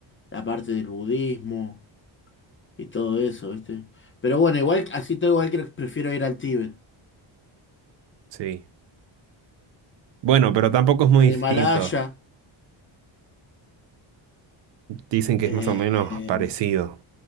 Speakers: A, on the left; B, on the right.
A: la parte del budismo y todo eso, ¿viste? Pero bueno, igual, así todo igual que prefiero ir al Tíbet,
B: Sí. Bueno, pero tampoco es muy
A: al Himalaya.
B: distinto. Dicen que
A: eh,
B: es más o menos
A: eh,
B: parecido.